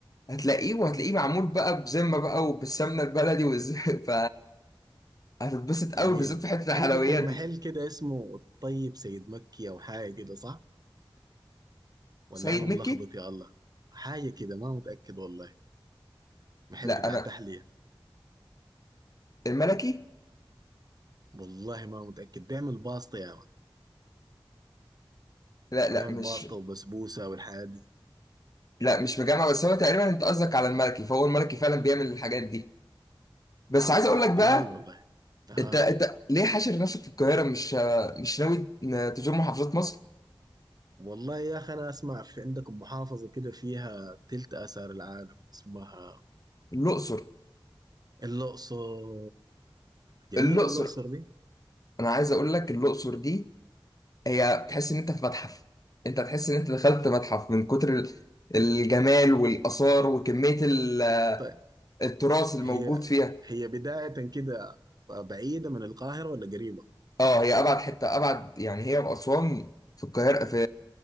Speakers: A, on the left; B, on the right.
A: هتلاقيه وهتلاقيه معمول بقى بذمه بقى وبالسمنه البلدي والز... <laughs> فهتتبسط
B: جميل
A: قوي بالذات في حته الحلويات
B: عندكم
A: دي
B: محل كده اسمه الطيب سيد مكي أو حاجة كده صح؟ ولا
A: سيد
B: أنا ملخبط
A: مكي
B: يا الله حاجة كده ما متأكد والله محل
A: لا
B: بتاع
A: انا
B: تحلية
A: الملكي
B: والله ما متأكد بيعمل باسطة يا مان
A: لا لا
B: بيعمل
A: مش
B: باسطة وبسبوسة والحاجات دي
A: لا مش مجمع بس هو تقريبا انت قصدك على الملكي فهو الملكي فعلا بيعمل الحاجات دي بس عايز اقول
B: احتمال
A: لك بقى
B: والله أها
A: انت انت ليه حاشر نفسك في القاهره مش مش ناوي تزور محافظات مصر
B: والله يا أخي أنا أسمع في عندكم محافظة كده فيها تلت آثار العالم اسمها
A: الاقصر
B: الأقصر جميلة
A: الاقصر
B: الأقصر دي
A: انا عايز اقول لك الاقصر دي هي تحس ان انت في متحف انت تحس ان انت دخلت متحف من كتر ال- الجمال والاثار وكميه ال-
B: طيب
A: التراث الموجود
B: هي
A: فيها
B: هي بداية كده بعيدة من القاهرة ولا قريبة؟
A: اه هي ابعد حته ابعد يعني هي واسوان في القاهره في